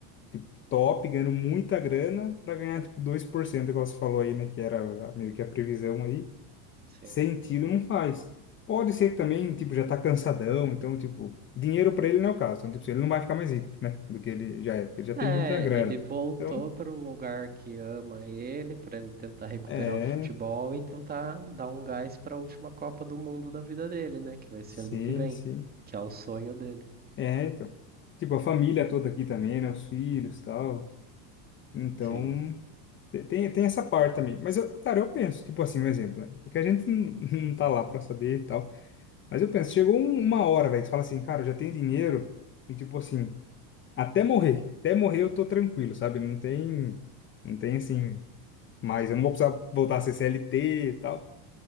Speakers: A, on the left; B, on the right.
A: tipo, top, ganhando muita grana, para ganhar, tipo, 2% igual você falou aí, né? Que era a- meio que a previsão aí.
B: Sim.
A: Sentido não faz. Pode ser que também, tipo, já tá cansadão, então, tipo, dinheiro para ele não é o caso. Então, tipo, ele não vai ficar mais rico, né? Do que ele já é, porque ele já tem
B: É,
A: muita grana.
B: ele voltou
A: Então,
B: para um lugar que ama ele, para ele tentar recuperar
A: é,
B: o futebol e tentar dar um gás para a última Copa do Mundo da vida dele, né? Que vai ser
A: sim,
B: ano que vem,
A: sim.
B: que é o sonho dele.
A: É, então. Tipo, a família toda aqui também, né? Os filhos e tal. Então,
B: Sim.
A: te- tem, tem essa parte também. Mas, eu, cara, eu penso, tipo assim, um exemplo, né? Porque a gente não <laughs> não tá lá pra saber e tal. Mas eu penso, chegou um- uma hora, velho, que você fala assim, cara, eu já tenho dinheiro e tipo assim, até morrer, até morrer eu tô tranquilo, sabe? Não tem, não tem assim, mas eu não vou precisar voltar a ser CLT e tal.